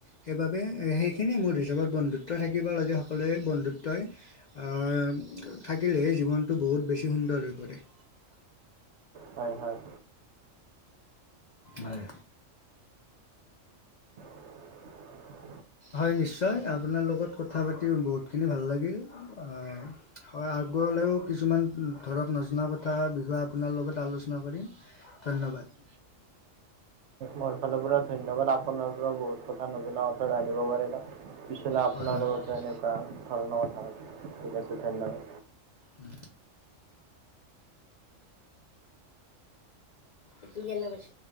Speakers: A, on the left; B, on the right.
A: সেইবাবে, সেইখিনিয়ে মোৰ হিচাপত বন্ধুত্ব থাকিব লাগে সকলোৱে। বন্ধুত্বই আহ, থাকিলে জীৱনটো বহুত বেছি সুন্দৰ হৈ পৰে।
B: হয়, হয়।
A: হয়।
B: <unintelligible>
A: হয় নিশ্চয় আপোনাৰ লগত কথা পাতি বহুতখিনি ভাল লাগিল। আহ, হয় আগলৈও কিছুমান ধৰক নজনা কথা, বিষয়ে আপোনাৰ লগত আলোচনা কৰিম। ধন্যবাদ।
B: মোৰ ফালৰ পৰা ধন্যবাদ। আ আপোনাৰ পৰা বহুত কথা নজনা কথা জানিব পাৰিলো। পিছলে আপোনাৰ
A: হয় হয়
B: লগতো
A: ধন্যবাদ।
B: এনেকুৱা ধৰণৰ হয়, ঠিক আছে ধন্যবাদ।
A: উম। এইটো কেনে পাইছ?